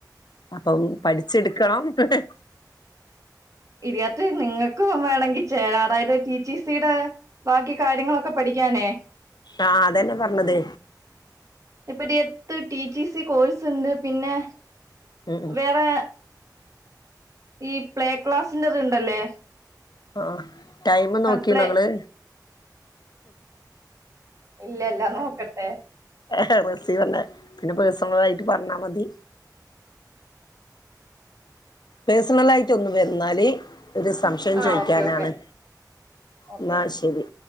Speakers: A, on the left (about 75°); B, on the right (about 50°).
A: അപ്പം പഠിച്ചെടുക്കണം ഹേ ഹെ
B: ഇതിയാത്ത് നിങ്ങക്കും വേണെങ്കിൽ ചേരാറായത് ടി ടി സീടെ ബാക്കി കാര്യങ്ങളൊക്കെ പഠിക്കാനേ
A: ആ അതന്നെ പറഞ്ഞത്
B: ഇപ്പട്ത്ത് ടി ടി സി കോഴ്സ് ണ്ട് പിന്നെ
A: ഉം ഉം
B: വേറെ ഈ പ്ലേ ക്ലാസിന്റിണ്ടല്ലേ
A: ആ ആ ടൈം നോക്കീഞ്ഞാങ്ങള്
B: പ്ലേ ഇല്ലല്ല നോക്കട്ടെ
A: ഹെ ഹെ വെറുതെ പറഞ്ഞെ പിന്നെ പേഴ്സണലായിട്ട് പറഞ്ഞാമതി പേഴ്സണലായിട്ട് ഒന്ന് വരുന്നാല് ഒരു സംശയം
B: ആ
A: ചോദിക്കാനാണ്
B: ഓക്കെ ഓക്കെ ഓക്കെ
A: എന്നാ ശരി